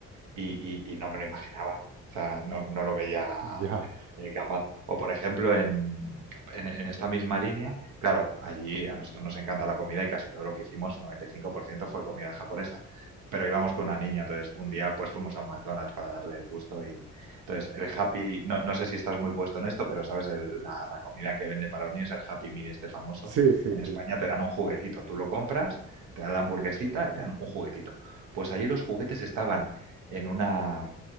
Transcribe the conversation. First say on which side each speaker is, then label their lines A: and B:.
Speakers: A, on the right; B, on the right.
A: y, y- y no me lo imaginaba. O sea, no, no lo veía
B: Ya.
A: eh, capaz. O por ejemplo, en, en, en esta misma línea, claro, allí a nosotros nos encanta la comida y casi todo lo que hicimos, 95% fue comida japonesa. Pero íbamos con una niña, entonces un día pues fuimos a un McDonald's para darle el gusto y entonces el Happy, no, no sé si estás muy puesto en esto, pero sabes, el- la, la comida que vende para los niños, el Happy Meal este famoso,
B: Sí, sí,
A: en
B: sí.
A: España te dan un juguetito, tú lo compras, te dan la hamburguesita y te dan un juguetito. Pues allí los juguetes estaban en, una,